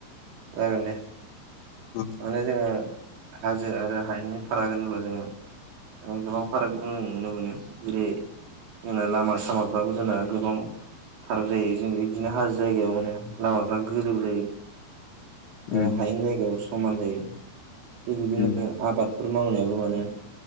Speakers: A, on the right (about 70°); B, on the left (about 75°).
A: जागोन दे
B: उम
A: माने जोङो हाजो आरो हायेननि फाराग होनबा जोङो, गोबां फाराग जों नुनो मोनो जेरै जोंना लामा सामाफ्राबो जोंना गोबां फाराग जायो जों बिदिनो हाजो जायगायाव माने लामा, फ्रा गोजौ जायो
B: उम
A: आरो हायेन जायगायाव समान जायो। थिग बिदिनो
B: उम
A: आबादफोर मावनायाबो माने,